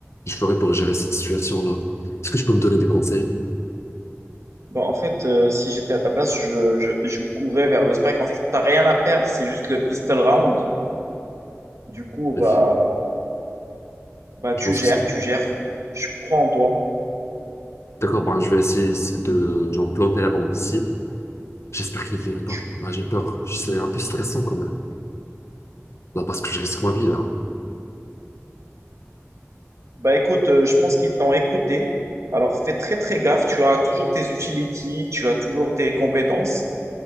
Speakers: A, on the left; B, on the right.
A: je ferais pour gérer cette situation-là. Est-ce que je peux me donner des conseils?
B: Bon, en fait, euh, si j'étais à ta place, je, je, je courais vers le spike. En fait, t'as rien à perdre, c'est juste le pistol round. Du coup, bah,
A: Je
B: bah, tu
A: pense
B: gères,
A: que c'est...
B: tu gères. Je crois en toi.
A: D'accord, ben, je vais essayer essayer de genre, planter la bombe ici. J'espère qu'il ne vient pas.
B: Tu-
A: Là, j'ai peur. C'est un peu stressant quand même. Là, parce que je risque ma vie, là.
B: Bah, écoute, euh, je pense qu'ils t'ont écouté. Alors, fais très, très gaffe. Tu as toujours tes utilities, tu as toujours tes compétences.